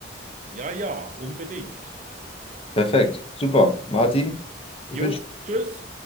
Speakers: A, on the right; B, on the left.
A: Ja, ja, unbedingt.
B: Perfekt, super. Martin, ich
A: Jo,
B: wünsche
A: tschüss.